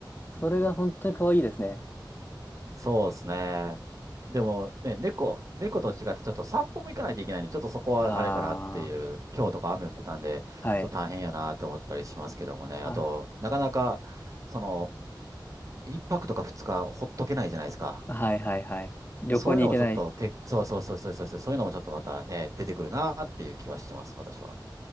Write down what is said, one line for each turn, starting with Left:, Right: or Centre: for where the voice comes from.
Left: それが本当に可愛いですね。
Right: うん。そうですね。でもね、猫、猫と違ってちょっと散歩も行かないといけないんで、ちょっとそこはあれかなっていう、
Left: あ
Right: 今日とか雨降ってたんで、
Left: あ、はい。
Right: ちょっと大変やなと思ったりしますけどもね。あと、
Left: あ、
Right: なかなか、その、一泊とか二日ほっとけないじゃないですか。
Left: はいはいはい。旅行に行けない。
Right: そういうのもちょっと、け、そうそうそうそうそうそう、そういうのもちょっとまたね、出てくるなっていう気はしてます、私は。